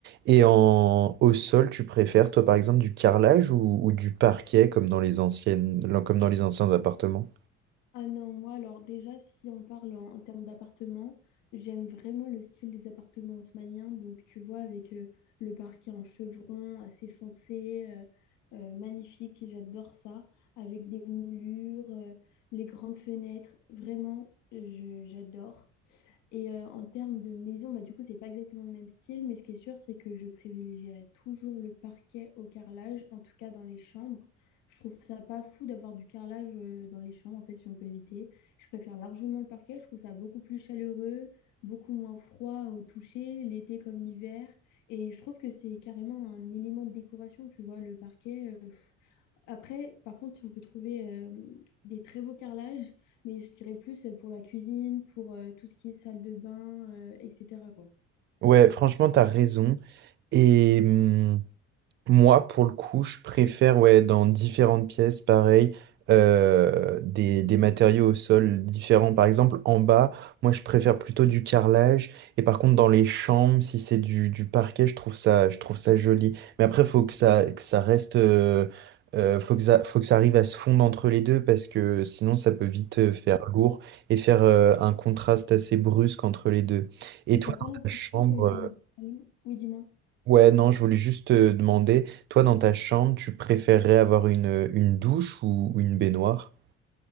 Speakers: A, on the right; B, on the left.
A: Et en, au sol, tu préfères, toi, par exemple, du carrelage ou, ou du parquet comme dans les anciennes, comme dans les anciens appartements?
B: Ah non, moi alors déjà si on parle en, en termes d'appartements, j'aime vraiment le style des appartements haussmanniens, donc tu vois avec euh, le parquet en chevron assez foncé, euh, euh, magnifique, et j'adore ça, avec des moulures, euh, les grandes fenêtres, vraiment euh, je- j'adore. Et euh, en termes de maison, bah, du coup, c'est pas exactement le même style, mais ce qui est sûr, c'est que je privilégierais toujours le parquet au carrelage, en tout cas dans les chambres. Je trouve ça pas fou d'avoir du carrelage euh, dans les chambres, en fait, si on peut éviter. Je préfère largement le parquet, je trouve ça beaucoup plus chaleureux, beaucoup moins froid au toucher, l'été comme l'hiver. Et je trouve que c'est carrément un élément de décoration, tu vois, le parquet. euh, après, par contre, on peut trouver euh, des très beaux carrelages, mais je dirais plus pour la cuisine, pour euh, tout ce qui est salle de bain, euh, etc., quoi.
A: Ouais, franchement, t'as raison. Et hum, moi, pour le coup, je préfère, ouais, dans différentes pièces, pareil, euh, des, des matériaux au sol différents. Par exemple, en bas, moi, je préfère plutôt du carrelage. Et par contre, dans les chambres, si c'est du, du parquet, je trouve ça, je trouve ça joli. Mais après, faut que ça, que ça reste, euh, euh, faut que ça, faut que ça arrive à se fondre entre les deux parce que sinon, ça peut vite euh, faire lourd et faire euh, un contraste assez brusque entre les deux. Et
B: Mais
A: toi,
B: t'as pas
A: dans
B: l'impression
A: ta chambre,
B: que dans le salon, Oui, dis-moi.
A: Ouais, non, je voulais juste te demander, toi dans ta chambre, tu préférerais avoir une, une douche ou une baignoire?